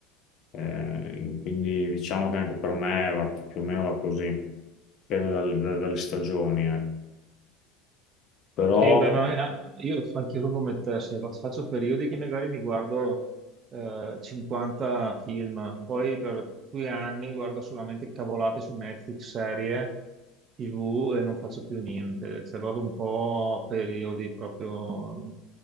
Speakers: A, on the left; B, on the right.
A: Eh, quindi diciamo che anche per me va, più o meno va così, dipende dal- da- dalle stagioni, ecco. Però
B: Sì, beh, ma eh, io anch'io sono come te, se fac- faccio periodi che magari mi guardo eh, 50 film, poi per due anni guardo solamente cavolate su Netflix, serie, TV e non faccio più niente. Cioè, vado un po' a periodi proprio...